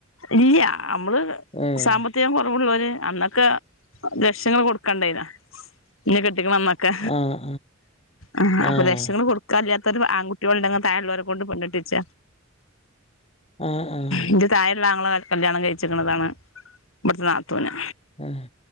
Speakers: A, on the left (about 80°); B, on the left (about 30°).
A: ഇല്ല നമ്മള്
B: ആഹ്
A: സാമ്പ ത്തികം കുറവുള്ളോര് അന്നൊക്കെ ലക്ഷങ്ങൾ കൊടുക്കണ്ടായ്നോ ഇന്നെ കെട്ടിക്കണ അന്നൊ ക്കെ
B: ആഹ്
A: ആ
B: ആഹ് ആഹ്
A: അപ്പൊ ലക്ഷങ്ങൾ കൊടു ക്കാല്ലാത്തോര് ആൺകുട്ടികൾ ഉണ്ടെങ്കി താഴെയുള്ളവരെ കൊണ്ട് പെണ്ണ് കെട്ടിച്ച
B: ആഹ് ആഹ്
A: ഇന്റെ തായള്ളാങ്ങള ക കല്യാണം കഴിച്ചിക്ക്ണതാണ് ഇവിടുത്തെ നാത്തുനെ
B: ആഹ്